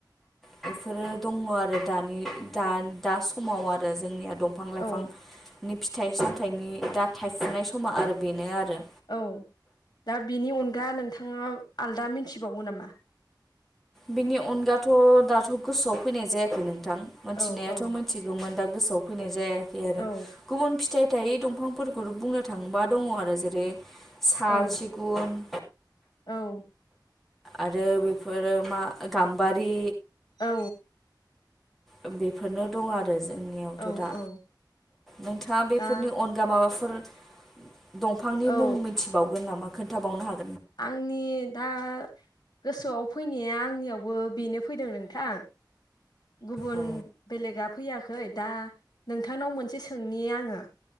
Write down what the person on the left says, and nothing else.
औ
औ दा बिनि अनगा नोंथाङा आलदा मिनथिबावो नामा
औ औ
औ
औ
औ।
औ।
औ
औ
दा
औ
आंनि दा गोसोआव फैनाया आंनियावबो बेनो फैदों नोंथां। गुबुन
बेलेगा फैया खै दा नोंथांनाव मोनसे सोंनि आंङो।